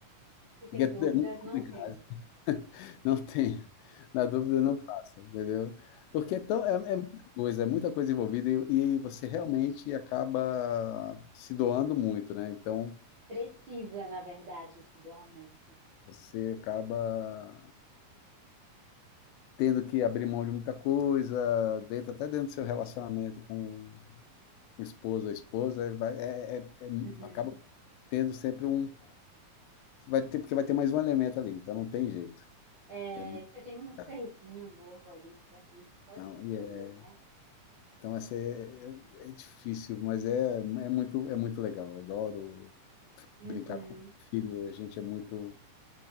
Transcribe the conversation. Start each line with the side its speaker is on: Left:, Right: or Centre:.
Right: se tem
Left: Porque é
Right: dúvidas,
Left: muito complicado.
Right: não tenha.
Left: Não tenha. Na dúvida, não faça, entendeu? Porque é, tão, é, é muita coisa, é muita coisa envolvida e, e você realmente acaba se doando muito, né? Então,
Right: Precisa, na verdade, se doar muito, né?
Left: você acaba tendo que abrir mão de muita coisa, dentro, até dentro do seu relacionamento com o esposo, a esposa, vai, é, é, é-
Right: Uhum.
Left: acaba tendo sempre um. Vai ter, porque vai ter mais um elemento ali, então não tem jeito.
Right: É,
Left: É muito
Right: você tem um serzinho
Left: caro.
Right: novo ali que depende só
Left: Então,
Right: de você,
Left: e é-
Right: né?
Left: então essa é, é, é difícil, mas é, é muito, é muito legal. Eu adoro
Right: Uhum.
Left: brincar com o filho. A gente é muito